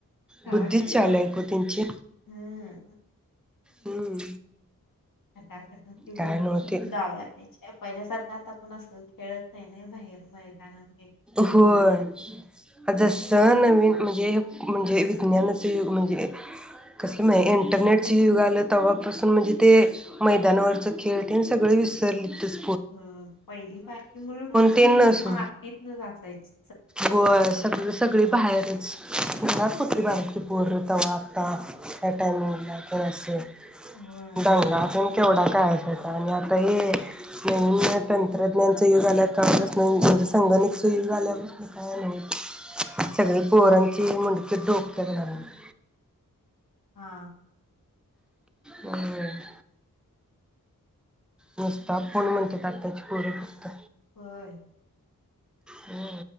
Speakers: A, on the left; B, in the centre.
A: खळाखट
B: बुद्धी चलाक
A: बट
B: ओ त्यांची
A: हम्म
B: हम्म
A: खटाखटती
B: काय
A: बोटो
B: नव्हते
A: रस्ते दाव्या्या पहिल्या सारखं आता आपण असं खेळत नाही ना बाहेर मैदानावर
B: होय, आता सण आणि म्हणजे म्हणजे विज्ञानाचं युग म्हणजे, कसलं मा इंटरनेटचं युग आलं तेव्हापासून म्हणजे ते मैदानावरचं खेळ ते सगळं विसरलीताच.
A: अं पहिली बारकी मुलं नुसती
B: तेन नसू
A: मातीतनं जात सईच
B: होय, सग सगळी बाहेरच घरात कुठली बार पोरं तवा आता या टायमिंगला तेन असं
A: होय.
B: दंगा तेन की तेवढा काय असायचा आणि आता हे नवीन तंत्रज्ञानचं युग आलं तवापासून म्हणजे संगणकचं युग आल्यापासून काय नाहीच. सगळे पोरांची ती मुंडकी डोकं <unintelligible>
A: हा
B: हम्म नुसता फोन म्हणत्यात आताची पोर नुसत
A: होय
B: हम